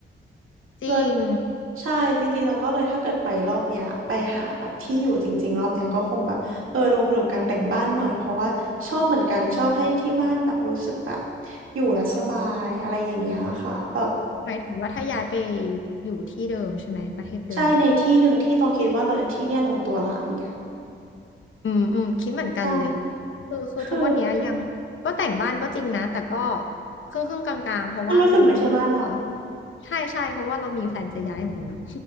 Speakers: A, on the left (about 70°); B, on the right (about 75°).
A: จริง
B: เลยใช่จริงๆเราก็เลยถ้าเกิดไปรอบเนี้ยไปหาแบบที่อยู่จริงๆรอบเนี้ยก็คงแบบเออลงทุนกับการแต่งบ้านหน่อยเพราะว่าชอบเหมือนกันชอบให้ที่บ้านแบบรู้สึกแบบอยู่แล้วสบายอะไรอย่างเงี้ยค่ะแบบ
A: หมายถึงว่าถ้าย้ายไปอยู่ที่เดิมใช่ไหมประเทศเดิม
B: ใช่ในที่หนึ่งที่ต้องคิดว่าเราเอนที่เนี่ยลงตัวละอย่างเงี้ย
A: อืมอืมคิดเหมือนกันเลย
B: ใช่
A: คือคือทุกวันเนี้ยยังก็แต่งบ้านก็จริงนะแต่ก็
B: คือ
A: ครึ่งครึ่งกลางๆเพราะว่ารู้รู้ตัว
B: มันรู้สึกไม่ใช่บ้านเรา
A: ใช่ใช่เพราะว่าเรามีแพลนจะย้ายเหมือนกันเนาะ